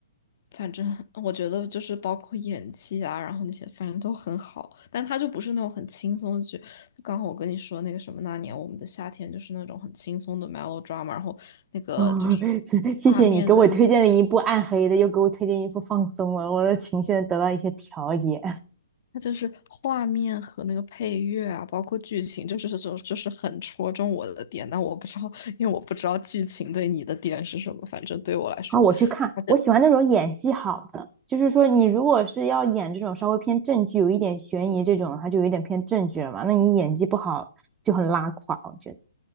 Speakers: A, on the left; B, on the right.
A: 反正我觉得就是包括演技啊，然后那些反正都很好，但他就不是那种很轻松的剧。就刚好我跟你说那个什么那年我们的夏天，就是那种很轻松的 melodrama，然后那个就是画面跟
B: 哦，<laughs> 谢谢你给我推荐了一部暗黑的，又给我推荐一部放松了，我的情绪得到一些调节。
A: 它就是画面和那个配乐啊，包括剧情，就是这种就是很戳中我的点。但我不知道，因为我不知道剧情对你的点是什么，反正对我来说。
B: 啊，我去看，
A: 他的。
B: 我喜欢那种演技好的，就是说你如果是要演这种稍微偏正剧，有一点悬疑这种，它就有一点偏正剧了嘛。那你演技不好就很拉垮，我觉得。